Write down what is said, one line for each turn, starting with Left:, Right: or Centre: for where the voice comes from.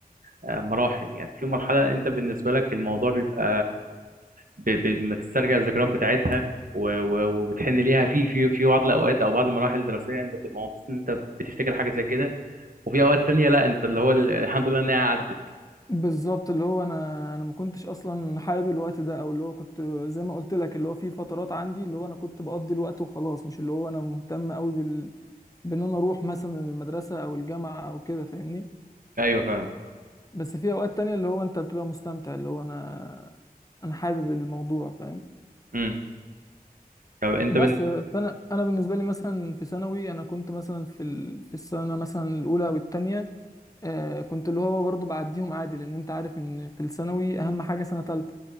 Right: آه، مراحل يعني في مرحلة أنت بالنسبة لك الموضوع بيبقى ب- ب- ما تسترجع الذكريات بتاعتها و- و- وبتحن ليها في في في بعض الأوقات أو بعض المراحل الدراسية أنت بتبقى مبسوط إن أنت بتفتكر حاجة زي كده وفي اوقات تانية لا انت اللي هو ال- الحمد لله ان هي عدت
Left: بالظبط اللي هو انا انا ما كنتش اصلا حابب الوقت ده او اللي هو كنت زي ما قلت لك اللي هو في فترات عندي اللي هو انا كنت بقضي الوقت وخلاص مش اللي هو انا مهتم قوي بال بان انا اروح مثلا المدرسه او الجامعه او كده فاهمني
Right: ايوه فاهم
Left: بس في اوقات تانية اللي هو انت بتبقى مستمتع اللي هو انا انا حابب الموضوع فاهم
Right: امم طب انت
Left: بس
Right: بن...
Left: فانا انا بالنسبه لي مثلا في ثانوي انا كنت مثلا في ال... في السنه مثلا الاولى والتانية آه كنت اللي هو برضو بعديهم عادي لان انت عارف ان في الثانوي اهم حاجه سنه تالتة